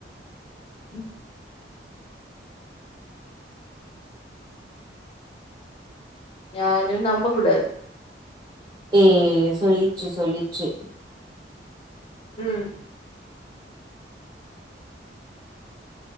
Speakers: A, on the right; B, on the left.
A: ம்
B: யாரு நம்ப கூடாது
A: ம் சொல்லிச்சு சொல்லிச்சு
B: ம்